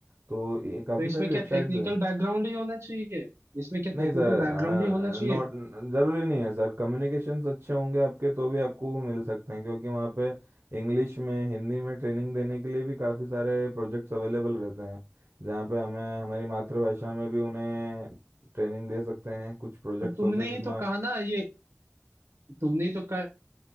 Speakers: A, on the right; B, on the right.
A: तो ये काफ़ी
B: तो इसमें
A: सारी वेबसाइट्स
B: क्या टेक्निकल
A: हैं
B: बैकग्राउंड ही होना चाहिए इसमें क्या
A: नहीं
B: टेक्निकल
A: सर
B: बैकग्राउंड ही होना चाहिए
A: नॉट ज़रूरी नहीं है सर कम्युनिकेशंस अच्छे होंगे आपके तो भी आपको वो मिल सकते हैं क्योंकि वहाँ पे इंग्लिश में हिंदी में ट्रेनिंग देने के लिए भी काफ़ी सारे प्रोजेक्ट्स अवेलेबल रहते हैं जहाँ पे हमें हमारी मातृभाषा में भी उन्हें ट्रेनिंग दे सकते हैं कुछ प्रोजेक्ट्स
B: पर तुमने
A: होते हैं जिसमें
B: ही तो
A: हम-
B: कहा ना ये तुमने ही तो कहा